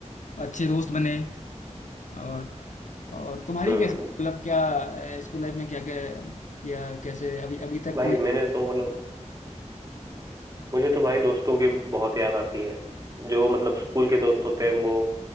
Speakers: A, on the left; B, on the right.
A: अच्छे दोस्त बने और और तुम्हारी
B: हम्म
A: कैसे मतलब क्या स्कूल लाइफ में क्या क्या किया कैसे अभी अभी तक
B: भाई
A: कोई
B: मैंने तो मतलब मुझे तो भाई दोस्तों की बहुत याद आती है जो मतलब स्कूल के दोस्त होते हैं वो